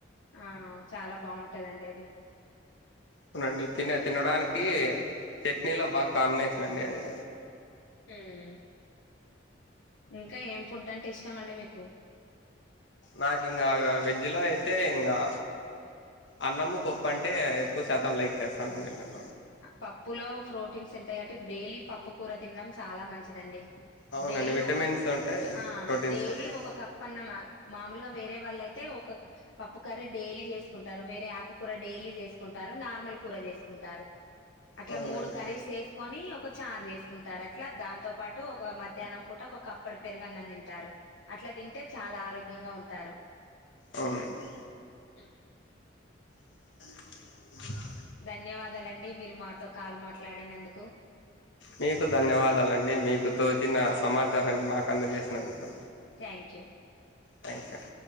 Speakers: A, on the left; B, on the left.
A: ఆ చాలా బాగుంటదండి అది
B: అవునండి తిన తినడానికి చట్నీలో బాగా కాంబినేషన్ అండి అది
A: ఉం ఇంకా ఏం ఫుడ్ అంటే ఇష్టామండి మీకు
B: నాకు ఇంగా వెజ్ లో అయితే ఇంగా అన్నము పప్పు పప్పు అంటే ఎక్కువ శాతం లైక్ చేస్తాన అండి నేను
A: పప్పులో ప్రోటీన్స్ ఉంటాయి కాబట్టి డైలీ పప్పు కూర తినడం చాలా మంచిదండి
B: అవునండి
A: డైలీ
B: విటమిన్స్
A: ఒక
B: ఉంటాయి
A: ఆ
B: ప్రోటీన్స్
A: డైలీ
B: ఉంటాయి
A: ఒక కప్ప అన్నమా మామూలుగా వేరే వాళ్ల అయితే ఒక పప్పు కరీ డైలీ చేసుకుంటారు వేరే ఆకుకూర డైలీ చేసుకుంటారు నార్మల్ కూర చేసుకుంటారు అట్లా
B: అవునండి
A: మూడు కర్రీస్ చేసుకోని ఒక చార్ చేసుకుంటారు అట్లా దాంతో పాటు ఒక మధ్యాహ్నం పూట ఒక కప్పడు పెరుగన్న తింటారు అట్లా అట్లా తింటే చాలా ఆరోగ్యంగా ఉంటారు
B: అవునండీ
A: <unintelligible>
B: న <inaudible>
A: ధన్యవాదాలండి మీరు మాతో కాల్ మాట్లాడినందుకు
B: మీకు ధన్యవాదాలండి మీకు తోచిన సమాచారాన్ని మాకు అందజేసినందుకు
A: థ్యాంక్ యూ
B: థాంక్స్